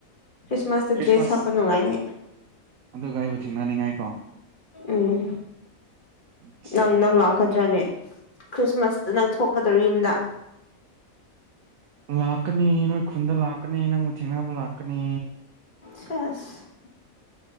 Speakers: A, on the left (about 40°); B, on the right (about 75°).
A: ꯈ꯭ꯔꯤꯁꯃꯥꯁꯇ ꯗ꯭ꯔꯦꯁ
B: ꯈ꯭ꯔꯤꯁꯃꯥꯁ
A: ꯍꯥꯞꯄ ꯅꯨꯡꯉꯥꯏꯅꯤ
B: ꯑꯗꯨꯒ ꯑꯩꯕꯨ ꯊꯦꯡꯅꯅꯤꯡꯉꯥꯏ ꯀꯣ
A: ꯎꯝ
B: ꯑꯠꯆꯥ
A: ꯅꯪ ꯅꯪ
B: ꯌꯥꯏꯅꯦ
A: ꯂꯥꯛꯀꯗ꯭ꯔꯅꯦ ꯈ꯭ꯔꯤꯁꯃꯥꯁꯇ ꯅꯪ ꯊꯣꯛꯀꯗꯔꯣ ꯌꯨꯝꯗ
B: ꯂꯥꯛꯀꯅꯤ ꯅꯣꯏ ꯈꯨꯟꯗ ꯂꯥꯛꯀꯅꯤ ꯅꯪꯕꯨ ꯊꯦꯡꯅꯕ ꯂꯥꯛꯀꯅꯤ
A: ꯁꯦꯁ